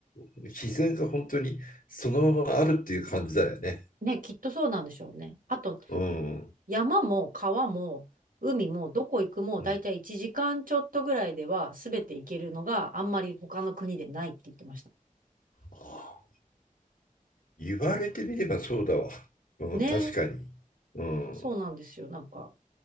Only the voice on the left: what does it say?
自然が本当にそのままあるっていう感じだよね。
うん、うん、
うんあ言われてみればそうだわ。うん、
確かに。うん。